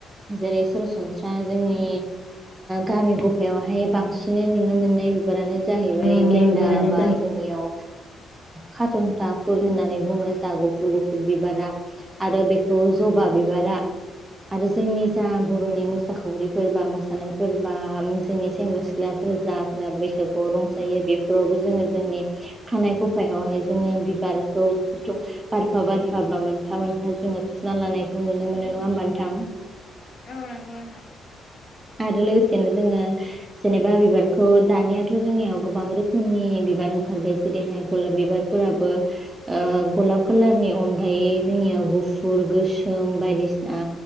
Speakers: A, on the right; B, on the left.
A: जेरै सरासनस्रा जोंनि गामि गफायावहाय बांसिनै नुनो मोननाय बिबारानो जाहैबाय
B: मोननाय
A: गेन्दा
B: बिबारानो
A: बा
B: जाहै
A: जोंनियाव खाथ'न्था फुल होननानै बुंङो जा गुफुर गुफुर बिबारा आरो बेखौ जबा बिबारा बा आरो जोंनि जा बर'नि मोसाखावरिफोर बा मोसानायफोर बा जोंनि सेंग्रा सिख्ला जाफ्रा बैसागुआव रंजायो बेफोरावबो जोंङो जोंनि खानाय खुफायावहाय जोंङो बिबारखौ बारफा बारफा बा मोनफा मोनफा जोंङो थुना लानायखौ नुनो मोनो नंङा होनबान्थां
B: औ नंगौ नोंथां
A: औ आरो लोगोसेनो जोंङो जेनेबा बिबारखौ दानियाथ' जोंनियाव गोबां रोखोमनि बिबार ओंखारबाय जेरैहाय गलाब बिबार फोराबो ओ गलाब कालारनि अनगायै जोंनियाव गुफुर गोसोम बायदि आ